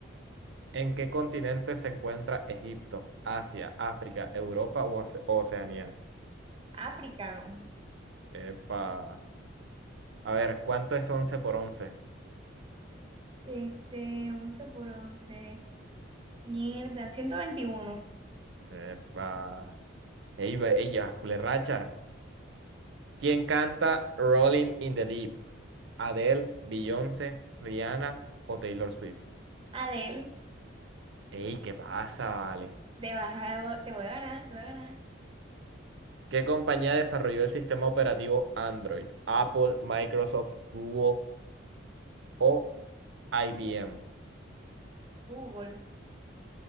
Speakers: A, on the right (about 65°); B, on the right (about 25°).
A: ¿En qué continente se encuentra Egipto, Asia, África, Europa o Oce- Oceanía?
B: Africano.
A: Epa. A ver, ¿cuánto es 11 por 11?
B: Este, once por 11. Mierda, 121.
A: Epa. Ey, ve- ey, llevas culerracha. ¿Quién canta Rolling in the Deep? ¿Adele, Beyoncé, Rihanna o Taylor Swift?
B: Adel,
A: ¡Ey, qué pasa, vale!
B: te vas a- te voy a ganar, te voy a ganar.
A: ¿Qué compañía desarrolló el sistema operativo Android? ¿Apple, Microsoft, Google o IBM?
B: Google.